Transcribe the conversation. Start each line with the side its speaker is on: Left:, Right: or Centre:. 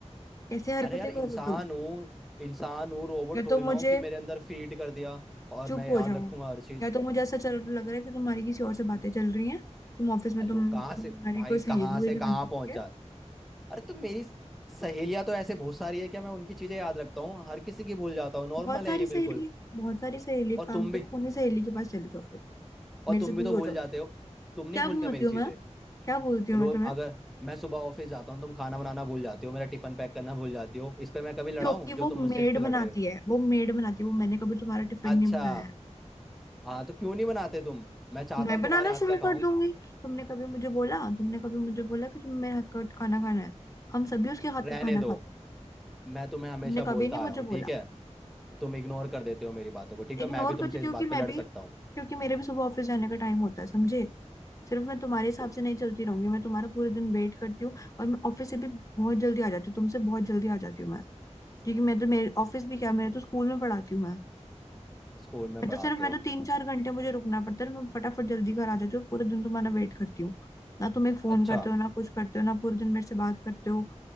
Left: कैसे हरकतें
Centre: अरे यार इंसान
Left: कर रहे हो तुम
Centre: हूँ इंसान हूँ रोबोट
Left: या
Centre: थोड़ी
Left: तो मुझे
Centre: ना हूँ कि मेरे अंदर फीड कर दिया और
Left: चुप
Centre: मैं
Left: हो
Centre: याद
Left: जाओ
Centre: रखूंगा हर चीज
Left: या तो मुझे ऐसा चल लग रहा है कि तुम्हारी किसी और से बातें चल रही हैं तुम ऑफिस में
Centre: अलो
Left: तुम
Centre: कहाँ
Left: तुम्हारी
Centre: से भाई
Left: कोई सहेली
Centre: कहाँ
Left: वेली
Centre: से कहाँ
Left: बन सकती
Centre: पहुंचा
Left: है
Centre: अरे तो मेरी सहेलियां तो ऐसे बहुत सारी है क्या मैं उनकी चीजें याद रखता हूँ हर किसी की भूल जाता हूँ नॉर्मल
Left: बहुत सारी
Centre: है ये
Left: सहेली
Centre: बिल्कुल
Left: बहुत सारी सहेली एक
Centre: और
Left: काम
Centre: तुम
Left: करो
Centre: भी
Left: उन्हीं सहेली के पास चले जाओ फिर
Centre: और
Left: मेरे
Centre: तुम
Left: से दूर
Centre: भी तो भूल
Left: हो जाओ
Centre: जाते
Left: तुम
Centre: हो तुम नहीं
Left: क्या
Centre: भूलते
Left: बोलती
Centre: मेरी
Left: हूँ
Centre: चीजें
Left: मैं क्या बोलती हूँ
Centre: रोज
Left: मैं तुम्हें
Centre: अगर मैं सुबह ऑफिस जाता हूँ तुम खाना बनाना भूल जाती हो मेरा टिफिन पैक करना भूल जाती हो इस पे मैं कभी लड़ा
Left: क्योंकि
Centre: हूँ जो
Left: वो
Centre: तुम मुझसे
Left: मेड
Centre: इस पे लड़
Left: बनाती
Centre: रहे हो
Left: है वो मेड बनाती है वो मैंने कभी तुम्हारा टिफिन
Centre: अच्छा
Left: नहीं बनाया है
Centre: हाँ तो क्यों नहीं बनाते तुम मैं चाहता
Left: मैं
Centre: हूँ
Left: बनाना
Centre: तुम्हारे हाथ
Left: शुरू
Centre: का खाऊं
Left: कर दूंगी तुमने कभी मुझे बोला तुमने कभी मुझे बोला कि तुम्हें मेरे हाथ का खाना खाना है हम सभी उसके
Centre: रहने
Left: हाथ का खाना
Centre: दो
Left: खाते हैं
Centre: मैं तुम्हें हमेशा
Left: तुमने कभी
Centre: बोलता
Left: नहीं
Centre: आया
Left: मुझे
Centre: हूँ ठीक
Left: बोला
Centre: है तुम इग्नोर कर देते हो मेरी बातों को ठीक है
Left: इग्नोर
Centre: मैं भी तुमसे
Left: करती
Centre: इस
Left: थी कि
Centre: बात
Left: मैं
Centre: पे लड़
Left: भी
Centre: सकता
Left: क्योंकि
Centre: हूँ
Left: मेरे भी सुबह ऑफिस जाने का टाइम होता है समझे सिर्फ मैं तुम्हारे हिसाब
Centre: तुम
Left: से नहीं चलती रहूंगी मैं तुम्हारा पूरे दिन वेट करती हूँ और मैं ऑफिस से भी बहुत जल्दी आ जाती हूँ तुमसे बहुत जल्दी आ जाती हूँ मैं क्योंकि मैं तो मेरे ऑफिस भी क्या मेरे तो स्कूल में पढ़ाती हूँ मैं
Centre: स्कूल में
Left: मैं
Centre: पढ़ाते
Left: तो सिर्फ मैं
Centre: हो
Left: तो तीन चार
Centre: ठीक
Left: घंटे मुझे रुकना पड़ता है और मैं फटाफट जल्दी घर आ जाती हूँ पूरे दिन तुम्हारा वेट करती हूँ ना तुम एक फोन
Centre: अच्छा
Left: करते हो ना कुछ करते हो ना पूरे दिन मेरे से बात करते हो